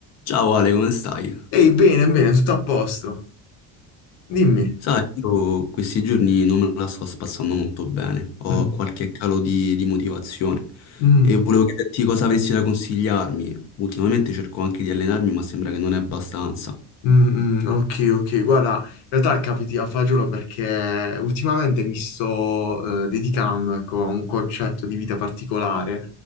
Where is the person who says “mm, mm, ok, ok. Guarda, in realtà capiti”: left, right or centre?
Left